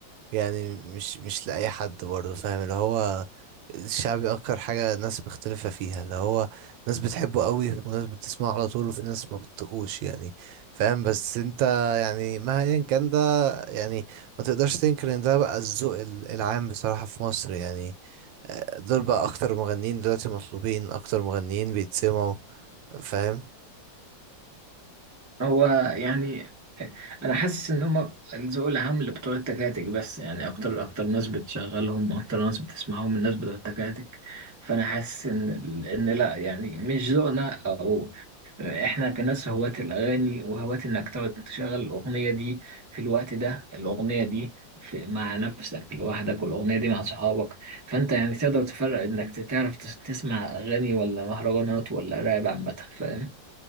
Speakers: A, on the right; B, on the right.
A: يعني مش مش لأي حد برضه فاهم اللي هو الشعبي اكتر حاجة ناس مختلفة فيها اللي هو ناس بتحبه قوي وناس بتسمعه على طول وفي ناس ما بتطقوش يعني فاهم بس انت يعني مهما كان ده يعني ما تقدرش تنكر ان ده بقى الذوق ال- العام بصراحة في مصر يعني دول بقى اكتر مغنيين دلوقتي مطلوبين اكتر مغنيين بيتسمعوا فاهم
B: هو يعني انا حاسس ان هم الذوق العام اللي بتوع التكاتك بس يعني اكتر اكتر ناس بتشغلهم اكتر ناس بتسمعهم الناس بتوع التكاتك فانا حاسس ان ان لا يعني مش ذوقنا او احنا كناس هواة الاغاني وهواة انك تقعد تشغل الاغنيه دي في الوقت ده الاغنيه دي في مع نفسك لوحدك والاغنيه دي مع صحابك فانت يعني تقدر تفرق انك تعرف تس- تسمع اغاني ولا مهرجانات ولا راب عامه فاهم